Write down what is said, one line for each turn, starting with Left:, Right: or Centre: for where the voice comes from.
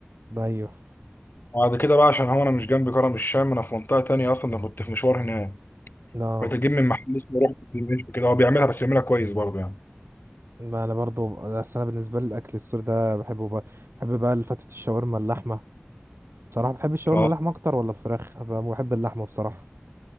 Right: ده أيوه
Left: وبعد كده بقى عشان هو انا مش جنب كرم الشام انا في منطقه تانية اصلا انا كنت في مشوار هناك
Right: لا
Left: بتجيب من محل اسمه روح دمشق كده هو بيعملها بس بيعملها كويس برضه يعني
Right: ما أنا برضو بس أنا بالنسبة لي الأكل السوري ده بحبه بقى بحب بقى الفتة الشاورما اللحمة بصراحة بحب الشاورما
Left: اه
Right: اللحمة أكتر ولا الفراخ أنا بحب اللحمة بصراحة